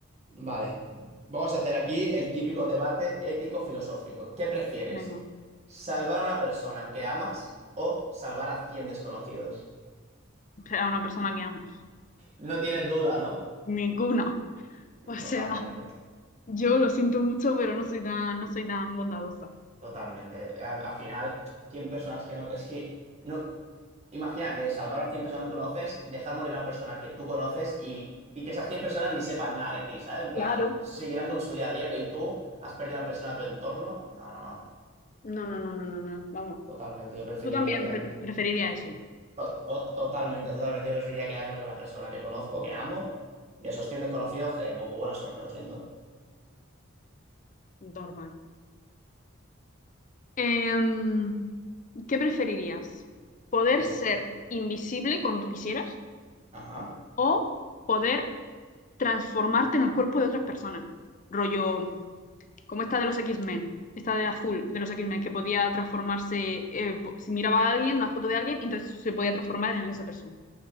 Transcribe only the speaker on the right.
Vale, vamos a hacer aquí el típico debate ético-filosófico. ¿Qué prefieres?
¿Salvar a una persona que amas o salvar a 100 desconocidos?
No tienes duda, ¿no?
Totalmente,
totalmente. A- Al, final, 100 personas que no... co- Es que, no, imagínate, salvar a 100 personas que conoces, dejar morir a una persona que tú conoces y, y que esas cien personas ni sepan nada de ti, ¿sabes? En plan,
seguirán con su día a día y tú has perdido a una persona de tu entorno. No, no, no.
Totalmente, yo preferiría
quedarme.
To- to- Totalmente, totalmente. Yo preferiría quedarme con la persona que conozco, que amo, de esos 100 desconocidos que, pues, buena suerte, lo siento.
Dime.
Ajá.